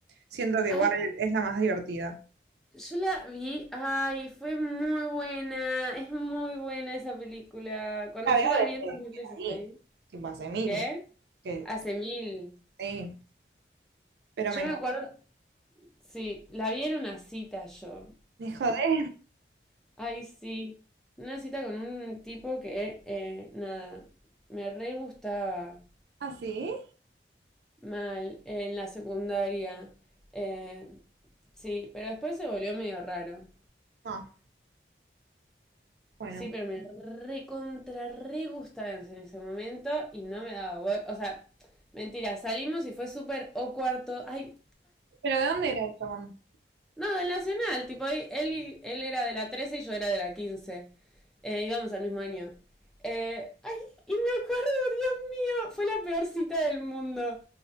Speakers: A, on the right; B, in the centre.
A: siento que
B: Ay,
A: igual es la más divertida.
B: yo la vi, ay, fue muy buena, es muy buena esa película. Cuando
A: La
B: yo
A: veo
B: la
A: desde
B: vi en
A: que
B: dos mil dieciséis?
A: la vi, tipo hace mil.
B: ¿qué?
A: Que,
B: Hace mil.
A: sí, pero
B: Yo
A: me encanta.
B: me acuerdo, Sí, la vi en una cita yo.
A: Me jodé.
B: Ay, sí. Una cita con un tipo que, eh, nada, me re gustaba
A: ¿Ah, sí?
B: mal en la secundaria. Eh, sí, pero después se volvió medio raro.
A: No, bueno.
B: Sí, pero me re contra re gustaba en ese momento y no me daba. bol- O sea, mentira, salimos y fue súper o cuarto. Ay,
A: ¿Pero de dónde era el chabón?
B: No, del Nacional, tipo, él, él era de la 13 y yo era de la 15. Eh, íbamos al mismo año. Eh, ay, y me acuerdo, Dios mío, fue la peor cita del mundo.